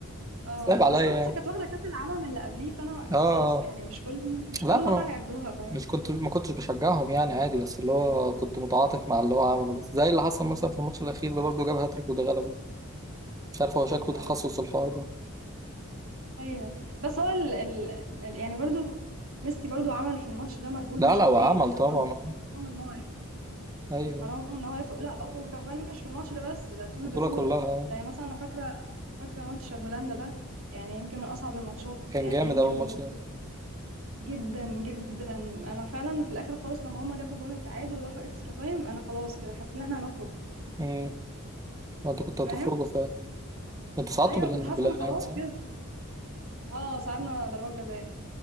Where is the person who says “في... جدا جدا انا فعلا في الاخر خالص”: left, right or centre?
Right